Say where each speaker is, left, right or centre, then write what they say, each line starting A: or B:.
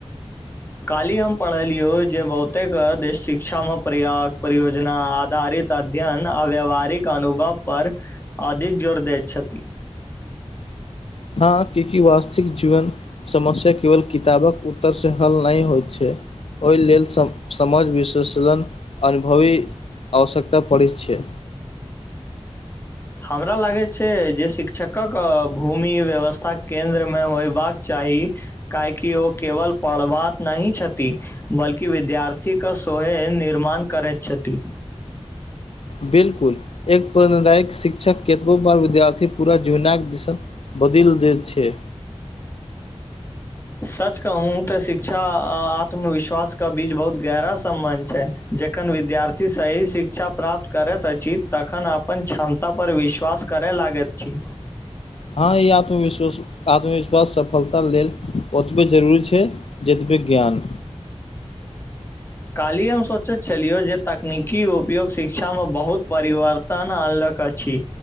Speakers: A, on the left (about 20°); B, on the left (about 60°).
A: काल्हि हम पढ़लियो जे बहुतेक देश शिक्षा मे पर्याग परियोजना आधारित अध्ययन आ व्यवहारिक अनुभव पर अधिक जोर दैत छथि
B: हँ कि वास्तिक जीवन समस्या केवल किताबक उत्तर से हल नहि होइत छै ओहि लेल सभ समझ विशेषगण अनुभवी आवश्यकता पड़ैत छै
A: हमरा लागैत छै जे शिक्षकक भूमि व्यवस्था केन्द्रमे होयबाक चाही काहेकि ओ केवल पढ़वात नहि छथि बल्कि विद्यार्थीके सोहे निर्माण करैत छथि
B: बिलकुल एक प्रेरणादायक शिक्षक केतबो बार विद्यार्थी पूरा जीवनाइ के दिशा बदल दैत छै
A: सच कहूँ तऽ शिक्षा आ आत्मविश्वास स्वास्थ के बीच बहुत गहरा सम्बन्ध छै जखन विद्यार्थी सही शिक्षा प्राप्त करैत अछि तखन अपन क्षमता पर विश्वास करै लागैत छी
B: हँ ई आत्मविश्वास आत्मविश्वास सफलता लेल ओतबे जरूरी छै जतबे ज्ञान
A: काल्हि हम सोचैत छलियौ जे तकनीकी उपयोग शिक्षामे बहुत परिवर तन अनलक अछि